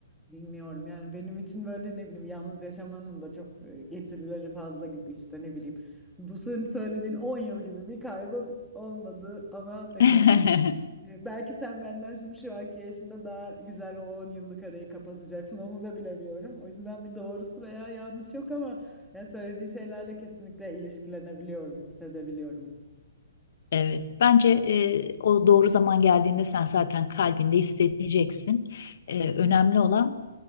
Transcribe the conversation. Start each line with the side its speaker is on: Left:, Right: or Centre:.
Centre: Bilmiyorum yani benim için böyle ne bileyim yalnız yaşamanın da çok e, getirileri fazla gibi işte ne bileyim. Bu senin söylediğin 10 yıl gibi bir kaybım olmadı ama hani
Left: <laughs>
Centre: Ee, Belki sen benden şimdi şu anki yaşında daha güzel o 10 yıllık arayı kapatacaksın. Onu da bilemiyorum. O yüzden bir doğrusu veya yanlış yok ama yani söylediğin şeylerle kesinlikle ilişkilenebiliyorum, hissedebiliyorum.
Left: Evet, bence e, o doğru zaman geldiğinde sen zaten kalbinde hissedeceksin. E, önemli olan